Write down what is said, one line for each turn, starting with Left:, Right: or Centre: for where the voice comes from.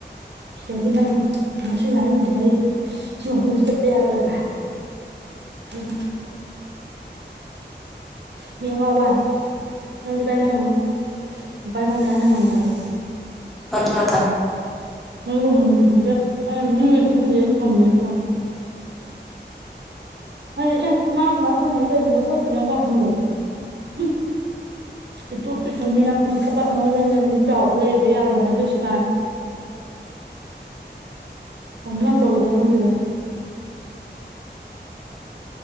Right: ꯁꯤꯗꯒꯤ ꯅꯪ ꯃꯁꯤꯒ ꯍꯥꯏꯔꯨꯗꯤ ꯅꯦ ꯑꯩ ꯁꯤ ꯃꯐꯝꯁꯦ ꯆꯠꯄ ꯌꯥꯔꯣꯏꯀ ꯑꯗ ꯃꯤ ꯑꯉꯥꯎꯕ ꯅꯪꯁꯨ ꯀꯥꯏꯅ ꯉꯝꯅꯤ ꯅꯨꯄꯥ ꯃꯗꯤ ꯀꯥꯏꯅ ꯉꯝꯃꯣꯢ ꯍꯥꯢꯕ ꯑꯩꯅ
Centre: ꯑꯗꯨꯅ ꯐꯩ
Right: ꯅꯪꯒꯨꯝꯕ ꯃꯤꯗꯤꯅꯦ ꯑꯩꯅ ꯃꯤ ꯑꯣꯢ ꯈꯟꯗꯦ ꯍ ꯊꯝꯃꯦ ꯐꯣꯟ ꯐꯩꯌꯦ ꯑꯦ ꯃꯥ ꯁꯃꯥꯢ ꯐꯝꯃꯤꯖꯦ ꯀꯩꯒꯤꯅꯣ ꯈꯣꯠꯀꯅꯣ ꯀ ꯍꯪꯗꯕ ꯎꯝ ꯄꯤꯛꯇꯨ꯭ꯔꯛ ꯄꯤꯛꯈꯩ ꯃꯤ ꯌꯥꯝ ꯎꯁꯤꯠꯇꯕ ꯑꯃꯒ ꯉꯝꯃꯤ ꯀꯥꯎꯕ ꯂꯩꯕ ꯌꯥꯔꯣꯏ ꯍꯥꯏꯕꯁ꯭ꯇꯥꯏꯟ
Centre: <inaudible>
Right: ꯀꯩꯅꯣꯝ ꯇꯧꯏꯗ ꯈꯪꯗꯦꯗ